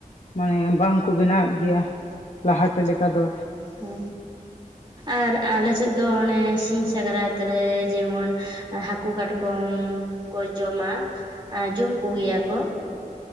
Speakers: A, on the left; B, on the right.
A: ᱢᱟᱱᱮ ᱵᱟᱝᱠᱚ ᱵᱮᱱᱟᱣᱮᱫ ᱜᱮᱭᱟ ᱞᱟᱦᱟᱛᱮ ᱞᱮᱠᱟ ᱫᱚ᱾
B: ᱦᱩ᱾ ᱟᱨ ᱟᱞᱮ ᱥᱮᱫ ᱫᱚ ᱚᱱᱮ ᱥᱤᱧ ᱥᱟᱠᱨᱟᱹᱛ ᱨᱮ ᱡᱮᱢᱚᱱ ᱦᱟᱹᱠᱩ ᱠᱟᱴᱠᱚᱢ ᱠᱚ ᱡᱚᱢᱟ ᱟᱨ ᱡᱚᱢ ᱠᱚᱜᱮᱭᱟ ᱠᱚ᱾